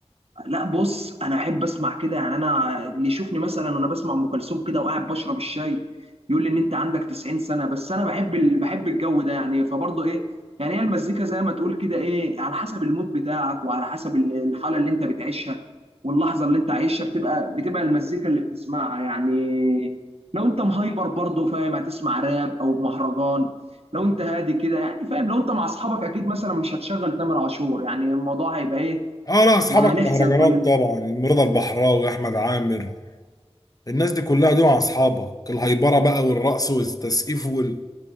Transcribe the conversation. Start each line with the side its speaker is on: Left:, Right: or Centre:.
Right: لا بص انا احب اسمع كده يعني انا اللي يشوفني مثلا وانا بسمع ام كلثوم كده وقاعد بشرب الشاي يقول لي ان انت عندك 90 سنه بس انا بحب ال... بحب الجو ده يعني فبرضه ايه يعني هي المزيكا زي ما تقول كده ايه على حسب المود بتاعك وعلى حسب ال- الحاله اللي انت بتعيشها واللحظه اللي انت عايشها بتبقى بتبقى المزيكا اللي بتسمعها يعني لو انت مهايبر برضه فاهم هتسمع راب او مهرجان لو انت هادي كده يعني فاهم لو انت مع اصحابك اكيد مثلا مش هتشغل تامر عاشور يعني الموضوع هيبقى ايه
Left: اه لا اصحابك
Right: احنا هنحزن
Left: مهرجانات
Right: كلنا
Left: طبعا رضا البحراوي احمد عامر الناس دي كلها دول مع اصحابك الهيبره بقى والرقص والتسقيف وال...